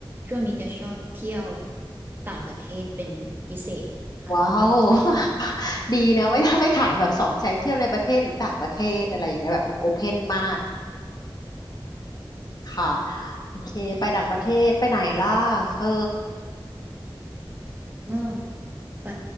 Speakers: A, on the right; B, on the left.
A: ช่วงนี้จะชอบเที่ยวต่างประเทศเป็นพิเศษค่ะ
B: ว้าว <laughs> ดีนะไม่ไม่ถามแบบสองใช้เที่ยวในประเทศหรือต่างประเทศอะไรอย่างเงี้ยแบบเป็นโอเพนมากค่ะโอเคไปต่างประเทศไปไหนล่ะเธอ
A: ก็ไป